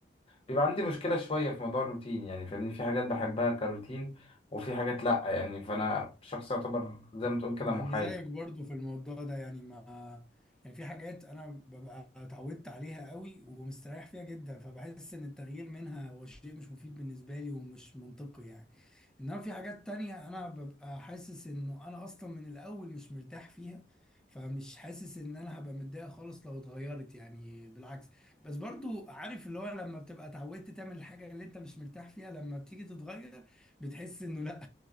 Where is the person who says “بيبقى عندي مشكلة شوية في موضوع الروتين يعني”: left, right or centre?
Left